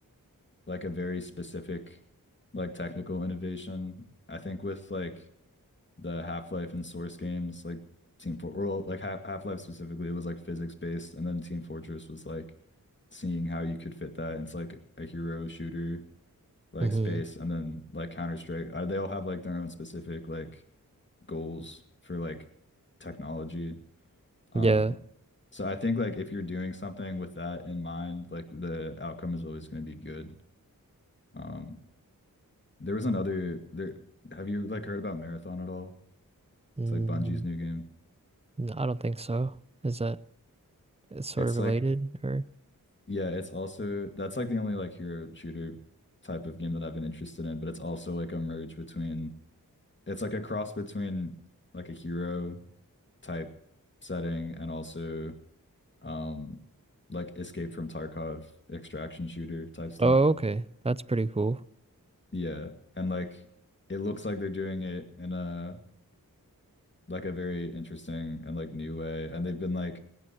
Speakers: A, on the left (about 30°); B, on the right (about 15°).
A: like a very specific like technical innovation. I think with like the Half-Life and Source games, like Team Fort or like Half Half-Life specifically, it was like physics based, and then Team Fortress was like seeing how you could fit that. It's like a hero shooter like
B: mm-hmm.
A: space, and then like Counter-Strike. Uh, they all have like their own specific like goals for like technology. Um,
B: Yeah.
A: so I think like if you're doing something with that in mind, like the outcome is always going to be good. Um, there was another there have you like heard about Marathon at all?
B: Mm,
A: It's like Bungie's new game.
B: no, I don't think so. Is that it's sort
A: It's
B: of related
A: like
B: or?
A: yeah, it's also that's like the only like hero shooter type of game that I've been interested in, but it's also like a merge between it's like a cross between like a hero type setting and also um like Escape from Tarkov extraction shooter type stuff.
B: Oh, okay. That's pretty cool.
A: Yeah. And like it looks like they're doing it in a like a very interesting and like new way. And they've been like